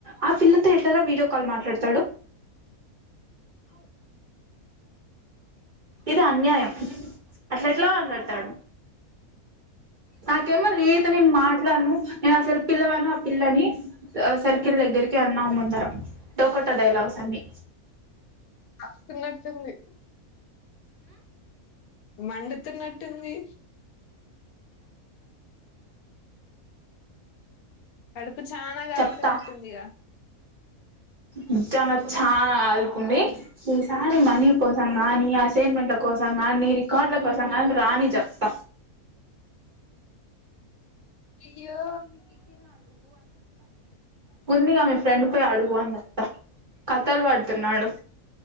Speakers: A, on the right; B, on the left.
A: ఆ పిల్లతో ఎట్లార వీడియో కాల్ మాట్లాడతాడు ఇది అన్యాయం అట్లాట్లా మాట్లాడతాడు నాకేమో <unintelligible> పలను నేను అసలు పిల్లవాను ఆ పిల్లని సర్కిల్ దగ్గరికి అన్నా ముందర, డోకట డైలాగ్స్ అన్ని
B: ఆస్తునట్టుంది మండుతున్నట్టుంది అడుప్ ఇప్పుడు చాలా కాలుతునట్టుంది
A: చెప్తా
B: ఇగ
A: నిజంగా చానా కాలుతుంది, ఈసరి మనీ కోసం గాని, అసైన్మెంట్ కోసం గానీ, రికార్డుల కోసం గాని, రాని చెప్త
B: అయ్యో
A: ముందుగా మీ ఫ్రెండ్ పోయి అడుగు అని చెప్త కథల్ పడ్తూన్నాడు